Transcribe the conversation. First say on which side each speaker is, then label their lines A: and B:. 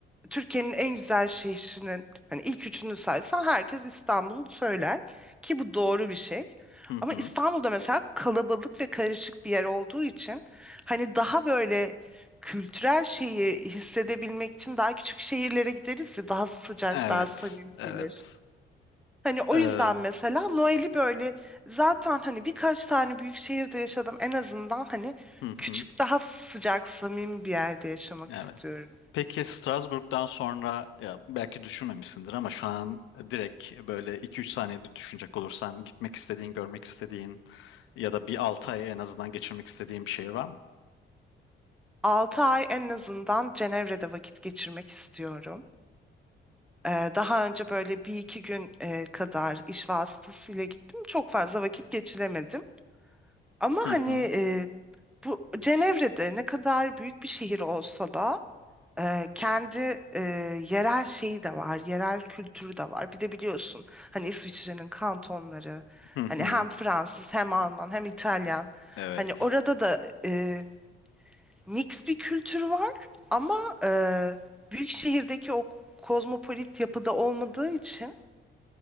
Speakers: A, in the centre; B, on the left (about 80°).
A: Türkiye'nin en güzel şehrinin hani ilk üçünü saysan herkes İstanbul'u söyler ki bu doğru bir şey.
B: Hı
A: Ama
B: hı.
A: İstanbul'da mesela kalabalık ve karışık bir yer olduğu için hani daha böyle kültürel şeyi hissedebilmek için daha küçük şehirlere gideriz ya daha sıcak,
B: Evet,
A: daha samimi
B: evet.
A: gelir. Hani o
B: Ee,
A: yüzden mesela Noel'i böyle zaten hani birkaç tane büyük şehirde yaşadım en azından hani
B: hı
A: küçük
B: hı.
A: daha sıcak samimi bir yerde yaşamak
B: Evet.
A: istiyorum.
B: Peki Strasbourg'dan sonra ya belki düşünmemişsindir ama şu an direkt böyle iki üç saniyede düşünecek olursan gitmek istediğin, görmek istediğin ya da bir 6 ay en azından geçirmek istediğin bir şehir var mı?
A: 6 ay en azından Cenevre'de vakit geçirmek istiyorum. Ee, daha önce böyle bir iki gün e, kadar iş vasıtasıyla gittim. Çok fazla vakit geçiremedim. Ama
B: Hı
A: hani
B: hı.
A: e, bu Cenevre'de ne kadar büyük bir şehir olsa da Eee, kendi eee, yerel şeyi de var, yerel kültürü de var. Bir de biliyorsun hani İsviçre'nin kantonları,
B: Hı hı.
A: hani hem Fransız hem Alman hem İtalyan.
B: Evet.
A: Hani orada da eee mix bir kültür var ama eee, büyük şehirdeki o kozmopolit yapıda olmadığı için